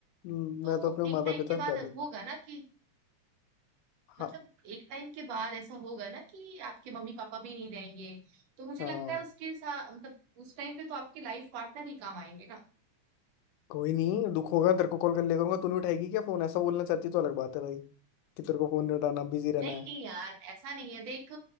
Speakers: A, on the left; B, on the right.
A: हम्म,
B: तो
A: मैं तो अपने
B: एक
A: माता
B: टाइम
A: पिता
B: के बाद
A: से ज्यादा ही
B: होगा ना कि
A: हाँ
B: मतलब एक टाइम के बाद ऐसा होगा ना कि आपके मम्मी पापा भी नहीं रहेंगे तो मुझे
A: हाँ
B: लगता है उसके साथ मतलब उस टाइम पे तो आपके लाइफ पार्टनर ही काम आएंगे ना
A: कोई नहीं दुख होगा तेरे को कॉल कर ले करूंगा तू नहीं उठाएगी क्या फोन ऐसा बोलना चाहती तो अलग बात है भाई कि तेरे को फोन नहीं उठाना बिजी रहना
B: नहीं
A: है
B: नहीं यार ऐसा नहीं है देख